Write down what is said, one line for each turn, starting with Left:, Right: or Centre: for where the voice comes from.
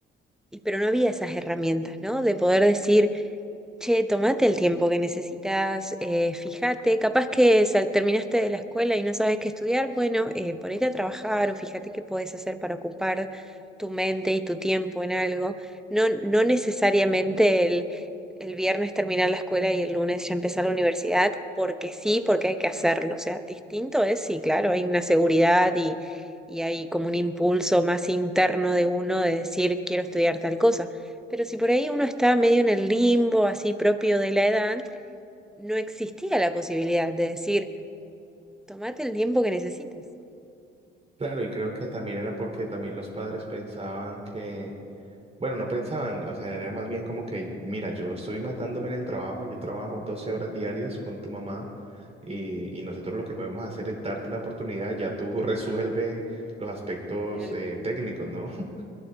Centre: y- pero no había esas herramientas, ¿no? De poder decir, Che, tomate el tiempo que necesitas, eh, fíjate, capaz que sal- terminaste de la escuela y no sabes qué estudiar, bueno, eh, ponete a trabajar o fíjate qué podés hacer para ocupar tu mente y tu tiempo en algo. No, no necesariamente el, el viernes terminar la escuela y el lunes ya empezar la universidad, porque sí, porque hay que hacerlo. O sea, distinto es, sí, claro, hay una seguridad y, y hay como un impulso más interno de uno de decir, quiero estudiar tal cosa pero si por ahí uno estaba medio en el limbo, así propio de la edad, no existía la posibilidad de decir, tomate el tiempo que necesites.
Right: claro, y creo que también era porque también los padres pensaban que Bueno, no pensaban, o sea, era más bien como que, mira, yo estoy matándome en el trabajo, yo trabajo 12 horas diarias con tu mamá y, y nosotros lo que podemos hacer es darte la oportunidad, ya tú <laughs> resuelve los aspectos
Centre: Claro.
Right: eh, técnicos, ¿no? <laughs>